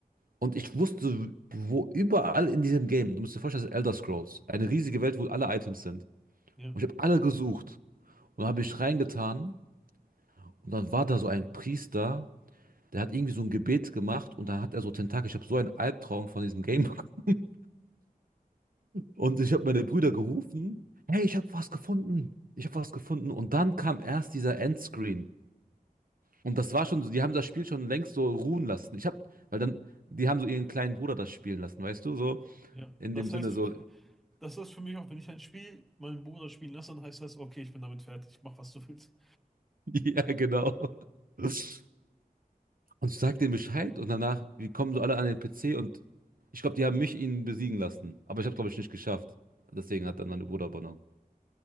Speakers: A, on the right; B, in the centre.
A: Und ich wusste, wo überall in diesem Game, du musst dir vorstellen, das ist Elder Scrolls, eine riesige Welt, wo alle Items sind.
B: ja,
A: Und ich habe alle gesucht und dann habe ich reingetan und dann war da so ein Priester, der hat irgendwie so ein Gebet gemacht und dann hat er so Tentakel. Ich habe so einen Albtraum von diesem Game bekommen. Und ich habe meine Brüder gerufen, hey, ich habe was gefunden. Ich habe was gefunden. Und dann kam erst dieser Endscreen. Und das war schon so, die haben das Spiel schon längst so ruhen lassen. Ich hab, weil dann, die haben so ihren kleinen Bruder das spielen lassen, weißt du, so
B: ja.
A: in
B: Das
A: dem Sinne
B: heißt,
A: so,
B: für- das ist für mich auch, wenn ich ein Spiel meinen Bruder spielen lasse, dann heißt das, okay, ich bin damit fertig, mach was du willst.
A: <laughs> ja, genau. Und sag denen Bescheid und danach, wir kommen so alle an den PC und ich glaube, die haben mich ihnen besiegen lassen. Aber ich habe, glaube ich, nicht geschafft. Deswegen hat dann mein Bruder übernommen.